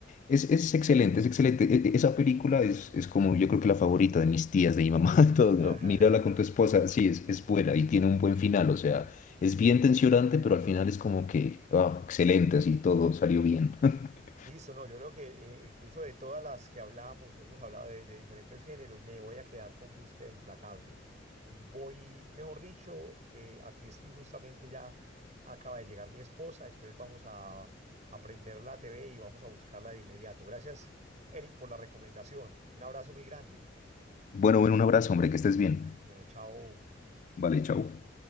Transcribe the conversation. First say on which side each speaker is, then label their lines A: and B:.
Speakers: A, on the left (about 40°); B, on the right (about 40°).
A: es, es excelente, es excelente. E- e- Esa película es, es como yo creo que la favorita de mis tías, de mi mamá, <laughs> de todo. ¿no?
B: <laughs>
A: Mírala con tu esposa, sí, es, es buena y tiene un buen final, o sea, es bien tensionante, pero al final es como que, ah, excelente, así todo salió bien. <laughs>
B: Listo, no, yo creo que eh, incluso de todas las que hablamos, hemos hablado de, de diferentes géneros, me voy a quedar con Búsqueda Implacable. Voy, mejor dicho, eh, aquí estoy justamente ya, acaba de llegar mi esposa, entonces vamos a, a prender la TV y vamos a buscarla de inmediato. Gracias, Eric, por la recomendación. Un abrazo muy grande.
A: Bueno, bueno, un abrazo, hombre, que estés bien.
B: Bueno, chao.
A: Vale, chao.